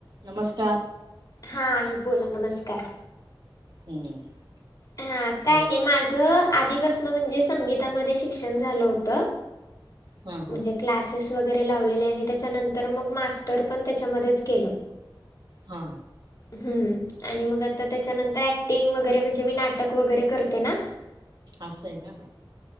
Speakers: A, on the right (about 55°); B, on the left (about 45°).
A: नमस्कार!
B: हा बोला, नमस्कार.
A: हम्म
B: हा काय
A: बोल
B: नायी माझ आधीपासन म्हणजे संगीतामदे शिक्षण झाल होत.
A: हा हा
B: म्हणजे क्लासेस वगैरे लावलेले. आणि त्याच्यानंतर मग मास्टर पण त्याच्यामध्येच केल.
A: हा
B: हम्म, आणि मग आता त्याच्यानंतर ऍक्टिंग वगैरे म्हणजे मी नाटक वगैरे करते ना.
A: असये का?